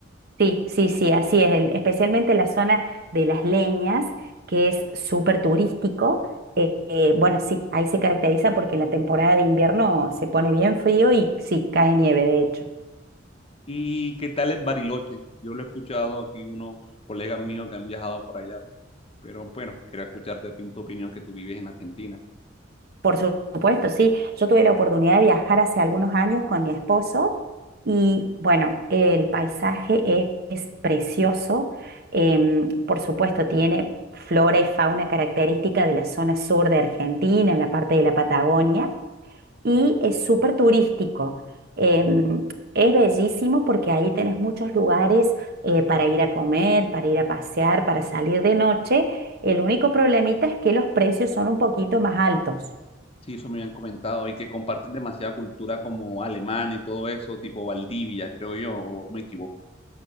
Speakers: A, on the right; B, on the left.
A: Sí, sí, sí, así es, en- especialmente la zona de Las Leñas, que es súper turístico. eh, eh, bueno, sí, ahí se caracteriza porque en la temporada de invierno se pone bien frío y sí, cae nieve, de hecho.
B: ¿Y qué tal es Bariloche? Yo lo he escuchado aquí unos colegas míos que han viajado por allá, pero bueno, quería escuchar de ti tu opinión que tú vives en Argentina.
A: Por su- supuesto, sí, yo tuve la oportunidad de viajar hace algunos años con mi esposo y bueno, el paisaje es, es precioso. em, por supuesto, tiene flora y fauna característica de la zona sur de Argentina, en la parte de la Patagonia. y es súper turístico. Em, es bellísimo porque ahí tenés muchos lugares eh, para ir a comer, para ir a pasear, para salir de noche. El único problemita es que los precios son un poquito más altos.
B: Sí, eso me habían comentado y que comparten demasiada cultura como alemana y todo eso, tipo Valdivia, creo yo, o me equivoco.